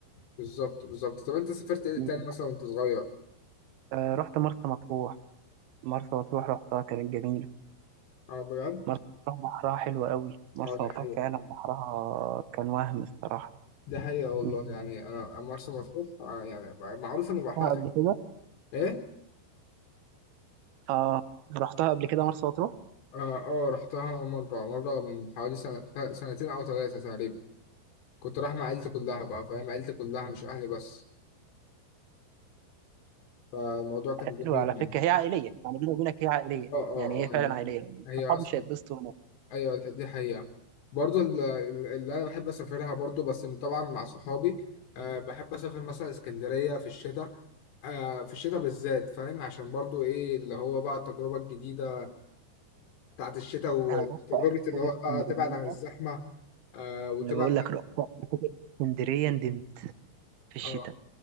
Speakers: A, on the left; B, on the right.
A: بالظبط بالظبط طب انت سافرت ايه
B: الصراحة.
A: تاني مثلا وانت صغير
B: آه، رحت مرسى مطروح مرسى مطروح رحتها كانت جميلة
A: اه بجد
B: مرسى مطروح بحرها حلو قوي مرسى
A: اه دي
B: مطروح
A: حقيقة
B: فعلا بحرها كان وهم الصراحة
A: دي حقيقة والله
B: م-
A: يعني انا مرسى مطروح آه يعني معروف ان بحرها
B: رحتها
A: طيب.
B: قبل كده
A: ايه
B: اه رحتها قبل كده مرسى مطروح
A: اه اه رحتها مرة مرة من حوالي سنة سنتين او ثلاثة تقريبا كنت رايح مع عيلتي كلها بقى فاهم عيلتي كلها مش اهلي بس فالموضوع كان جميل
B: حلوة على
A: يعني
B: فكرة هي عائلية يعني بيني وبينك هي عائلية
A: اه اه
B: يعني هي فعلا
A: اه يعني
B: عائلية
A: هي
B: صحابي
A: اصلا
B: مش هيتبسطوا هناك
A: ايوه دي حقيقة برضو ال- ال- اللي انا بحب اسافرها برضو بس طبعا مع صحابي أه بحب اسافر مثلا اسكندرية في الشتاء آه في الشتاء بالذات فاهم عشان برضو ايه اللي هو بقى التجربة الجديدة بتاعت الشتاء وتجربة
B: أنا رحت قبل
A: اللي
B: كده
A: هو بقى
B: اسكندرية
A: تبعد عن الزحمة آه وتبعد
B: أنا بقول لك رحت قبل كده اسكندرية ندمت في الشتاء
A: اه